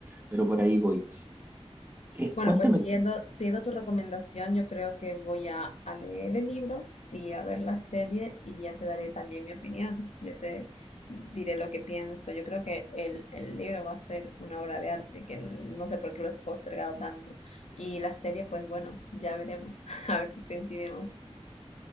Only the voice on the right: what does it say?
pero por ahí voy. Eh,
cuéntame,